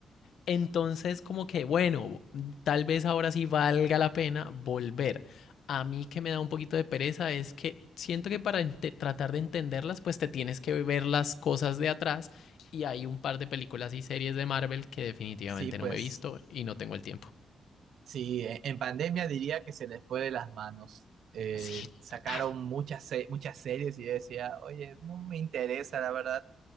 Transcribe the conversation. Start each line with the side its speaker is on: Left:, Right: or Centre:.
Left: entonces, como que, bueno, tal vez ahora sí valga la pena volver. A mí que me da un poquito de pereza es que siento que para ente- tratar de entenderlas, pues te tienes que ver las cosas de atrás y hay un par de películas y series de Marvel que definitivamente
Right: Sí, pues,
Left: no me he visto y no tengo el tiempo.
Right: sí, en, en pandemia diría que se les fue de las manos. Eh,
Left: Así,
Right: sacaron
Left: total.
Right: muchas, se- muchas series y yo decía, oye, no me interesa, la verdad,